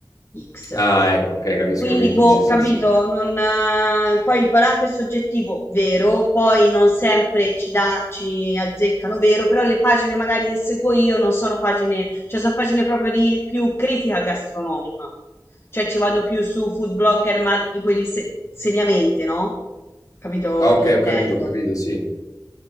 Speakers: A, on the left; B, on the left.
A: X.
B: Ah, ecco, okay, capisco
A: Quindi,
B: che dici,
A: boh,
B: sì,
A: capito?
B: sì.
A: Non, eh, poi il palato è soggettivo, vero, poi non sempre ci, dà, ci azzeccano, vero, però le pagine magari che seguo io non sono pagine, cioè sono pagine proprio di più critica gastronomica. Cioè ci vado più su food blogger, ma di quelli se- seriamente, no? Capito
B: Ah, okay,
A: che intendo?
B: ho capito, ho capito, sì.